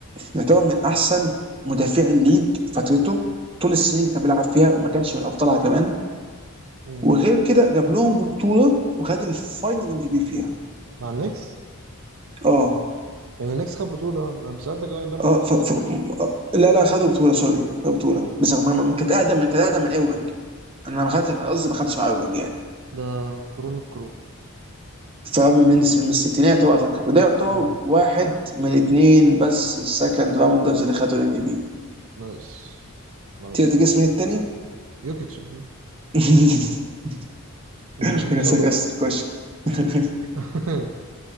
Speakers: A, on the right (about 25°); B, on the right (about 60°).
A: يعتبر من احسن مدافع الليج فترته طول السنين اللي كان بيلعب فيها وما كانش من ابطالها كمان
B: مم.
A: وغير كده جاب لهم بطوله وخد الفاينل ام في بي فيها
B: مع النكس
A: اه
B: يعني النكس خد بطولة انا لما سألتك اول امبارح
A: اه
B: قلت لي
A: ف...
B: ما
A: ف...
B: خدوش
A: لا لا خدوا بطوله سوري خدوا بطوله بس رغم-
B: آه.
A: كانت اقدم كانت اقدم من ايرفينج انا ما خدتش قصدي ما خدتش مع ايرفينج يعني
B: ده كرون الكروب ده
A: فمن من الستينات هو على فكره وده يعتبر
B: اه
A: واحد من اثنين بس السكند راوندرز اللي خدوا الام في بي
B: نايس نايس
A: تقدر تجس
B: نايس
A: من الثاني؟
B: يوكيتش أكيد.
A: <laughs>
B: ومن
A: مش
B: وصل
A: ساركاستيك
B: له بقى
A: كويشن <laughs>
B: <laughs>